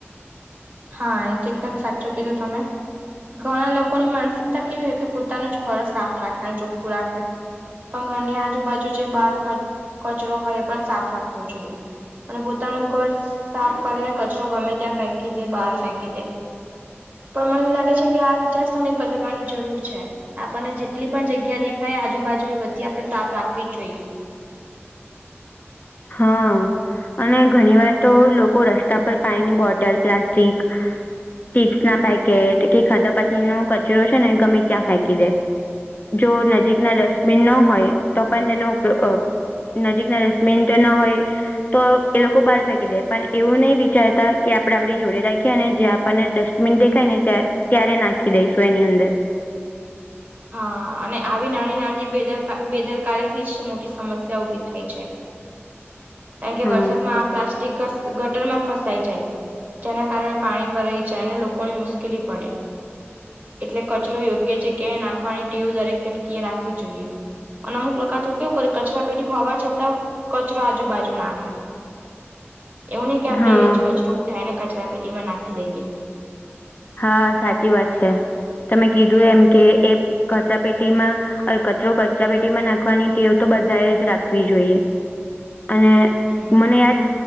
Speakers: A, on the right; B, on the left.
A: હા એ તો એકદમ સાચો કીધો તમે ઘણા લોકોની માનસિકતા કેવી હોય કે પોતાનું જ ઘર સાફ રાખે અને ચોખ્ખું રાખે પણ ઘરની આજુબાજુ જે બહાર કચરો હોય એ પણ સાફ રાખવો જોઈએ અને પોતાનું ઘર સાફ કરીને કચરો ગમે ત્યાં ફેંકી દે બહાર ફેંકી દે પણ મને એવું લાગે છે કે આ વિચારસરને બદલવાની જરૂર છે. આપણને જેટલી પણ જગ્યા દેખાય આજુબાજુ એ બધી આપડણે સાફ રાખવી જ જોઈએ
B: હા અને ઘણી વાર તો લોકો રસ્તા પર પાણીની બોટલ પ્લાસ્ટિક ચીપ્સ ના પેકેટ કે ખાધા પછી ન કચરો છે ને ગમે ત્યાં ફેંકી દે જો નજીકના ડસ્ટબિન ન હોય તો પણ તેનો ઉપયોગ નજીકના ડસ્ટબિન તે ના હોય તો એ લોકો બહાર ફેંકી દે પણ એવું નહી વિચારતા કે આપડે આપડી જોડે રાખીએ અને જે આપણને ડસ્ટ મન દેખાય ને ત્યારે નાખી દઈશું એની અંદર
A: હા અને આવી નાની નાની બેદર બેદરકારી થી જ મોટી સમસ્યા ઉભી થાય છે. કારણ કે
B: હા
A: વરસાદમાં આ પ્લાસ્ટિક ગટરમાં ફસાય છે. જેના કારણે પાણી ભરાઈ જાય અને લોકોની મુશ્કેલી પડે એટલે કચરો યોગ્ય છે ક્યા નાખવાની ટેવું દરેક વ્યક્તિ એ રાખવી જોઈએ અનામુક લખતવા કેવું કરે કચરા પેઢી હોવા છતાં કચરો આજબજુ નાખે એવું નહી કે આપડે
B: હા
A: એ જ ક સ ઉઠાવ ને કચરા પેટી માં નાખી દઈએ
B: હા સાચી વાત છે તમે કીધું એમ કે એ કચા પેટીમાં કચરો કચરા પેટીમાં નાખવાની ટેવ તો બધાએ જ રાખવી જોઈએ અને
A: હમ.
B: મને આજ